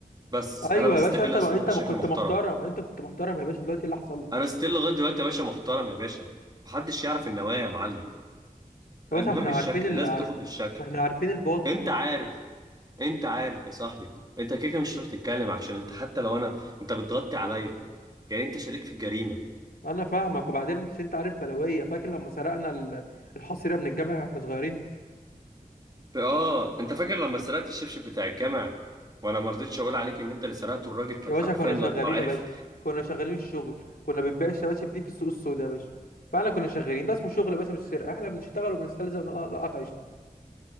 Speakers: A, on the right; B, on the left.
A: بس
B: ايوه
A: انا بستغل
B: يا باشا انت
A: اصلا
B: بقى
A: ان
B: انت
A: انا شكلي
B: ما كنت
A: محترم
B: محترم انت كنت محترم يا باشا دلوقتي إيه اللي حصل لك
A: انا ستيل لغايه دلوقتي يا باشا محترم يا باشا محدش يعرف النوايا يا معلم
B: يا
A: المهم
B: باشا احنا
A: الشكل
B: عارفين اللي
A: الناس
B: عارف
A: بتاخد بالشكل
B: ما احنا عارفين الباطن
A: انت عارف انت عارف يا صاحبي انت كده كده مش هتروح تتكلم عشان انت حتى لو انا انت بتغطي عليا يعني انت شريك في الجريمه
B: انا فاهمك وبعدين انت انت عارف بلويه فاكر لما سرقنا ال- الحصيره من الجامع واحنا صغيرين
A: اه انت فاكر لما سرقت الشبشب بتاع الجامع وانا ما رضيتش اقول عليك ان انت اللي سرقته والراجل كان
B: يا باشا
A: حرفيا
B: كنا
A: لو
B: شغالين
A: عارف
B: يا باشا كنا شغالين الشغل كنا بنبيع الشباشب دي في السوق السوداء يا باشا فاحنا كنا شغالين ده اسمه شغل بس مش سرقه احنا بنشتغل وبنستلزم نقطع عيشنا